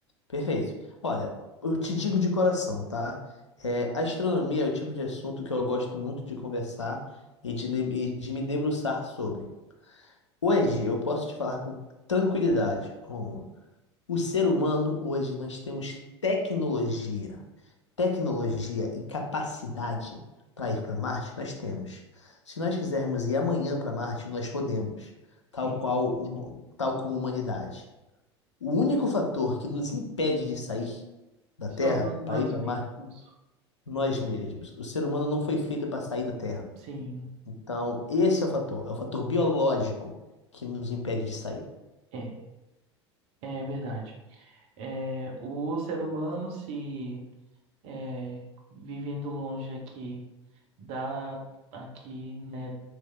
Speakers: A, on the left (about 85°); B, on the right (about 45°).
A: Perfeito. Olha, eu te digo de coração, tá? É, astronomia é o tipo de assunto que eu gosto muito de conversar e de, ne- e de me debruçar sobre. Hoje eu posso te falar com tranquilidade, Rômulo O ser humano, hoje, nós temos tecnologia, tecnologia e capacidade para ir para Marte, nós temos. Se nós quisermos ir amanhã para Marte, nós podemos, tal
B: Sim,
A: qual, hum- tal como a humanidade. O único fator que nos impede de sair da
B: somos
A: Terra
B: nós
A: para ir para
B: mesmos.
A: Marte, nós mesmos. O ser humano não foi feito para sair da Terra.
B: Sim,
A: Então, esse é o fator, é o fator biológico que nos impede de sair.
B: é, é verdade. É, o ser humano se é, vivendo longe aqui da aqui, né,